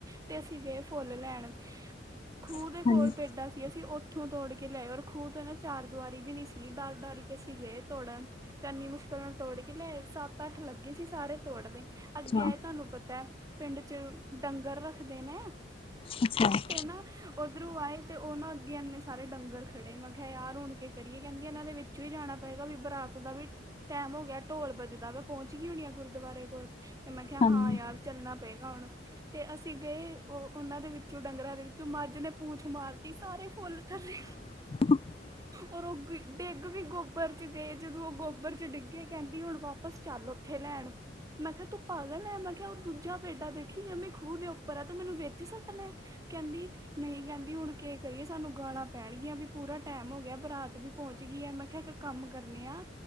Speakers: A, on the right (about 20°); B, on the left (about 30°).
A: ਤੇ ਅਸੀ ਗਏ ਫੁੱਲ ਲੈਣ। ਖੂਹ
B: ਹਾਂਜੀ
A: ਦੇ ਕੋਲ ਪੇਡਾ ਸੀ ਅਸੀ ਓ ਇੱਥੋਂ ਤੋੜ ਕੇ ਲਏ ਔਰ ਖੂਹ ਤੋਂ ਨਾ ਚਾਰ ਦੁਆਰੀ ਵੀ ਨਹੀਂ ਸੀ ਡਰ-ਡਰ ਕੇ ਸੀ ਗਏ ਤੋੜਨ ਤੇ ਇੰਨੀ ਮੁਸ਼ਕਿਲ ਨਾਲ ਤੋੜ ਕੇ ਲੈ ਸੱਤ ਅੱਠ ਲੱਗੇ ਸੀ ਸਾਰੇ ਤੋੜਦੇ ਅੱਗੇ
B: ਹਾਂ
A: ਆਏ ਤੁਹਾਨੂੰ ਪਤਾ ਹੈ ਪਿੰਡ 'ਚ ਡੰਗਰ ਰੱਖਦੇ ਨੇ।
B: <inaudible>
A: ਤੇ ਨਾ ਓਧਰੋਂ ਆਏ ਤੇ ਉਹ ਨਾ ਅੱਗੇ ਇੰਨੇ ਸਾਰੇ ਡੰਗਰ ਖੜੇ ਮੈਂ ਕਿਹਾ ਯਾਰ ਹੁਣ ਕੀ ਕਰੀਏ ਕੈਂਦੀ ਇਹਨਾਂ ਦੇ ਵਿੱਚ 'ਚ ਜਾਣਾ ਪਏਗਾ ਵੀ ਬਰਾਤ ਦਾ ਵੀ ਟੈਮ ਹੋ ਗਿਆ ਢੋਲ ਬੱਜਦਾ ਮੈਂ ਪਹੁੰਚ ਗਈ ਹੋਣੀ ਆ ਗੁਰਦੁਆਰੇ ਕੋਲ ਤੇ ਮੈਂ ਕਿਆ ਹਾਂ
B: ਹਾਂਜੀ
A: ਯਾਰ ਚੱਲਣਾ ਪਏਗਾ ਹੁਣ ਤੇ ਅਸੀਂ ਗਏ ਉਹ ਉਹਨਾਂ ਦੇ ਵਿੱਚੋਂ ਡੰਗਰਾਂ ਦੇ ਵਿੱਚੋਂ ਮੱਝ ਨੇ ਪੂਛ ਮਾਰਤੀ ਸਾਰੇ ਫੁੱਲ ਥੱਲੇ
B: <inaudible>
A: ਔਰ ਓ ਡਿੱਗ ਵੀ ਗੋਬਰ 'ਚ ਗਏ ਜਦੋਂ ਓ ਗੋਬਰ 'ਚ ਡਿੱਗੇ ਕੈਂਦੀ ਹੁਣ ਵਾਪਸ ਚੱਲ। ਕਿੱਥੇ ਲੈਣ ਮੈਂ ਕਿਆ ਤੂੰ ਪਾਗਲ ਐਂ ਮੈਂ ਕਿਆ ਉਹ ਦੂਜਾ ਪੇਡਾ ਦੇਖੀ ਜੇ ਮੈਂ ਖੂਹ ਦੇ ਉੱਪਰ ਆ ਤੇ ਮੈਨੂੰ ਵਿਚ ਸਟਣਾ ਕੈਂਦੀ ਨਈ ਕੈਂਦੀ ਹੁਣ ਕਿ ਕਰੀਏ ਸਾਨੂੰ ਗਾਲਾਂ ਪੈਣਗੀਆਂ ਵੀ ਪੂਰਾ ਟੈਮ ਹੋ ਗਿਆ ਬਰਾਤ ਵੀ ਪਹੁੰਚ ਗਈ ਹੈ ਮੈਂ ਕਿਆ ਇੱਕ ਕੰਮ ਕਰਨੇ ਆ।